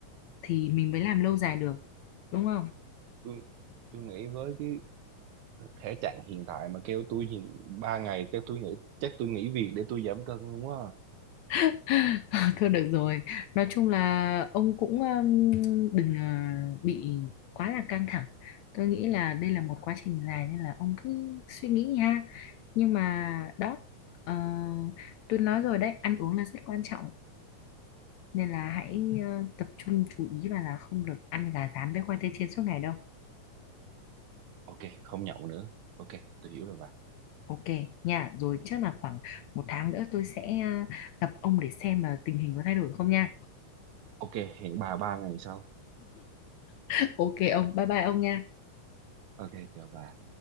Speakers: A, on the left; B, on the right.
A: thì mình mới làm lâu dài được đúng không
B: tôi tôi nghĩ với cái Thể trạng hiện tại mà kêu tôi nhìn ba ngày chắc tôi nghĩ chắc tôi nghỉ việc để tôi giảm cân luôn á.
A: <laughs> Thôi được rồi. Nói chung là ông cũng um, đừng ờ, bị quá là căng thẳng. Tôi nghĩ là đây là một quá trình dài nên là ông cứ suy nghĩ ha. Nhưng mà đó, ờ, tôi nói rồi đấy, ăn uống là rất quan trọng. Nên là hãy ờ, tập trung chú ý và là không được ăn gà rán với khoai tây chiên suốt ngày đâu.
B: Ok, không nhậu nữa. Ok, tôi hiểu rồi bà.
A: Ok nha, rồi chắc là khoảng một tháng nữa tôi sẽ ờ, gặp ông để xem là tình hình có thay đổi không nha.
B: Ok, hẹn bà ba ngày sau.
A: <laughs> Ok ông, bye bye ông nha.
B: Ok, chào bà.